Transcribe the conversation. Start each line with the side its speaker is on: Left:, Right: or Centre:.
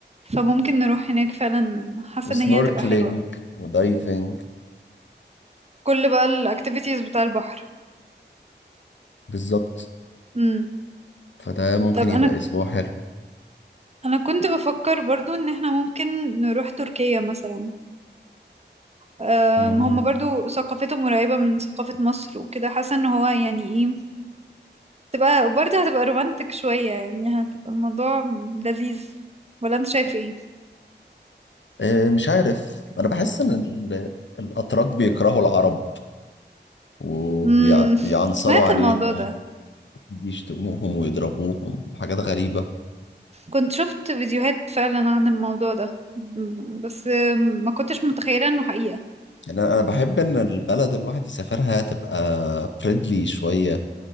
Right: فممكن نروح هناك فعلا حاسة
Left: وسنوركلينج
Right: ان هي هتبقى حلوة
Left: ودايفنج
Right: كل بقى الاكتيفيتيز بتاع البحر
Left: بالظبط
Right: امم
Left: فده ممكن
Right: طب
Left: يبقى
Right: انا
Left: أسبوع حلو
Right: انا كنت بفكر برضو ان احنا ممكن نروح تركيا مثلا أم،
Left: مم.
Right: هم برضو ثقافتهم قريبة من ثقافة مصر وكده حاسة ان هو يعني ايه تبقى برضه هتبقى رومانتك شوية يعني هتبقى الموضوع لذيذ ولا انت شايف ايه
Left: آه، مش عارف انا بحس ان ال- الاتراك بيكرهوا العرب وبيعنصروا
Right: امم سمعت
Left: عليهم
Right: الموضوع ده
Left: بيشتموهم ويضربوهم وحاجات غريبة
Right: كنت شفت فيديوهات فعلا عن الموضوع ده ب- بس أم، ما كنتش متخيلة انه حقيقة
Left: يعني انا أنا بحب ان البلد الواحد يسافرها تبقى فريندلي شوية